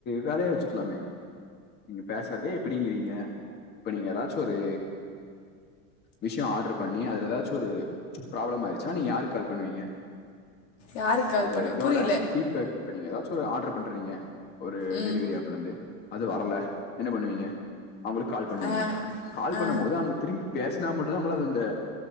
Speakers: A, on the left (about 25°); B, on the left (about 70°).
A: வேலயா வெச்சுக்கலாமே நீங்க ஆ சரி எப்டிங்கிறீங்க இப்படிங்க நீங்க எதாவது ஒரு விஷயோ ஆடர் பண்ணி அதுல ஏதாச்சு ஒரு ப்ரோப்லம் ஆயிருச்சுன்னா நீ யாருக் கால் பண்ணுவீங்க
B: யாருக்கு கால்
A: அந்த
B: பண்ணுவ
A: இதோட
B: புரியல
A: பீட்பேக் இப்ப நீங்க ஏதாச்சு ஒரு ஆர்டர் பண்றீங்க ஒரு
B: ம்
A: டெலிவரி ஆப்லருந்து அது வரல என்ன பண்ணுவீங்க அவுங்களுக்கு கால் பண்ணுவீங்க
B: ஆ
A: கால்
B: ஆ
A: பண்ணும் போது அங்க திரும்பி பேசினா மட்டுதா உங்களாள அது அந்த